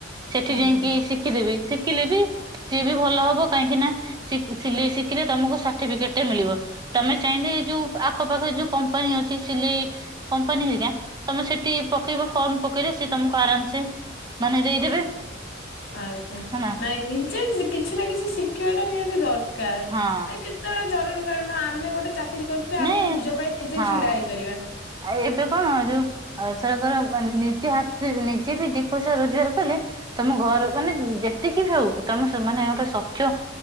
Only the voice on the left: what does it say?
ଆଜ୍ଞା
ଆଜ୍ଞା
ନାଇଁ ନିଜେ କିଛି ନା କିଛି ଶିଖିବାଟା ନିହାତି ଦରକାର
ଏ କେତେବେଳେ ଜରୁରୀ କଳୀନ ଆମେ ଗୋଟେ ଚାକିରି କରିଥିଲେ ଆମେ
ନିଜ ପାଇଁ ନିଜେ
ଛିଡା ହେଇପାରିବା।